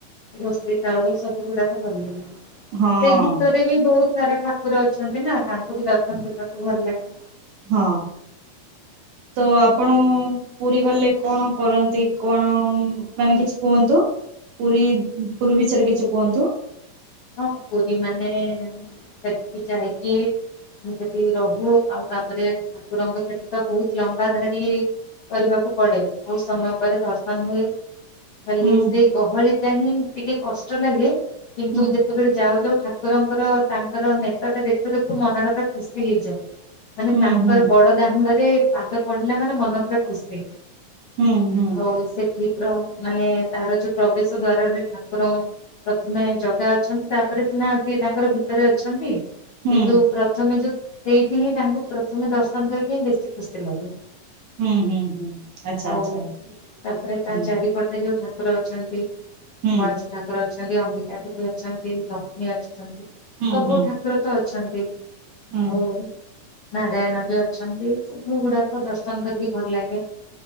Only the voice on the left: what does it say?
ରୋଷେଇ ତାଳ ସବୁ ଗୁଡାକ ଭଲ ଲାଗେ।
ସେଇ ଭିତରେ ବି ବହୁତ ସାରା ଠାକୁର ଅଛନ୍ତି ନା ତାଙ୍କୁ ବି ଦର୍ଶନ କରିବାକୁ ଭଲ ଲାଗେ।
ହଁ, ପୁରୀ ମାନେ ସେଠିକି ଯାଇକି ମୁ ସେଠି ରହୁ ଆଉ ତାପରେ ଠାକୁରଙ୍କ ସେଠି ତ ବହୁତ୍ ଲମ୍ବା ଧାଡି କରିବାକୁ ପଡେ, ବହୁତ୍ ସମୟ ପରେ ଦର୍ଶନ ହୁଏ। ଖାଲି
ସେଇ ଗହଳି ଟାଇମ୍ ହିଁ ଟିକେ କଷ୍ଟ ଲାଗେ କିନ୍ତୁ
ଯେତେବେଳେ ଯାଉ ଯାଉ ଠାକୁରଙ୍କର ତାଙ୍କର ନେତଟା ଦେଖୁ ଦେଖୁ ମନଟା ପୁରା ଖୁସି ହେଇଯାଏ। ମାନେ
ତାଙ୍କର
ବଡ ଦାଣ୍ଡରେ ପାଦ ପଡିଲା ମାନେ ମନ ପୁରା ଖୁସି।
ହଉ ସେଥିପ ମାନେ ତାର ଯୋଉ ପ୍ରବେଶ ଦ୍ଵାରରେ ଠାକୁର ପ୍ରଥମେ ଜଗା ଅଛନ୍ତି ତାପରେ ସିନା ସେ ତାଙ୍କର ଭିତରେ ଅଛନ୍ତି
କିନ୍ତୁ ପ୍ର ପ୍ରଥମେ ଯୋଉ ସେଇଠି ହିଁ ତାଙ୍କୁ ପ୍ରଥମେ ଦର୍ଶନ କରିକି ହିଁ ବେଶୀ ଖୁସି ଲାଗେ।
ଆଉ
ତାପରେ ତା
ଚାରିପଟେ ଯୋଉ ଠା ଠାକୁର ଅଛନ୍ତି
ଗଣେଶ ଠାକୁର ଅଛନ୍ତି, ଅମ୍ବିିକା ଦେବୀ ଅଛନ୍ତି, ଲକ୍ଷ୍ମୀ ଅଛନ୍ତି
ସବୁ
ଠାକୁର ତ ଅଛନ୍ତି
ଓ ନାରାୟଣ ବି ଅଛନ୍ତି ସବୁ ଗୁଡାକ ଦର୍ଶନ କରିକି ଭଲ ଲାଗେ।